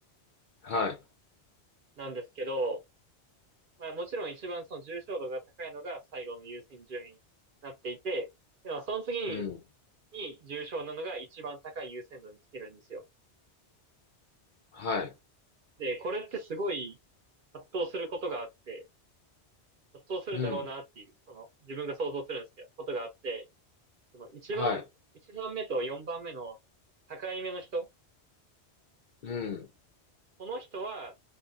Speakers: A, on the left; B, on the right.
A: はい。
B: なんですけど、まあもちろん一番その重症度が高いのが最後の優先順位になっていて、でもその次
A: うん。
B: に重症なのが一番高い優先度に来てるんですよ。
A: はい。
B: で、これってすごい葛藤することがあって、葛藤するだろうなっていう、
A: うん。
B: その自分が想像するんですけど、ことがあって、その一番、
A: はい。
B: 一番目と四番目の境目の人、
A: うん。
B: この人は